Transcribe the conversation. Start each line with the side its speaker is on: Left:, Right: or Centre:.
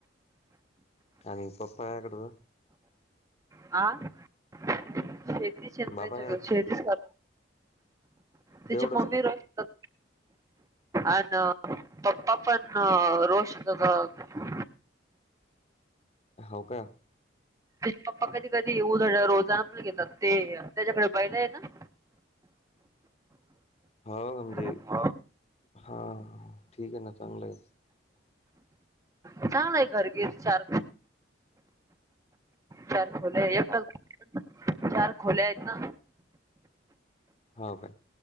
Left: आणि पप्पा याकडचा
Right: हा शेती शताच्या
Left: बाबा काय करतात
Right: शेतीच
Left: त्याचे?
Right: कर तिची
Left: तेवढंच
Right: मम्मी
Left: काय
Right: रत अ पप्पा पण रोष हो त
Left: हो का
Right: पप्पा कधी कधी उधड रोजान पण घेतात. ते त्याच्याकडे बैल आहेत ना.
Left: हो म्हजे
Right: ना
Left: हा ठीक आहे ना चांगल आहे.
Right: चांगलं आहे घरगिर चार चार खोल्या आहेत. चार खोल्या आहेत ना.
Left: हो काय